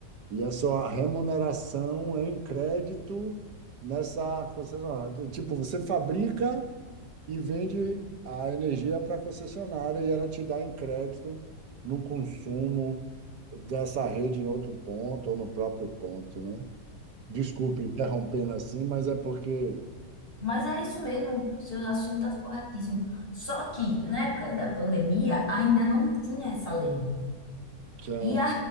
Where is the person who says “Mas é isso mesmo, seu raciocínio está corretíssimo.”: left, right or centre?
Left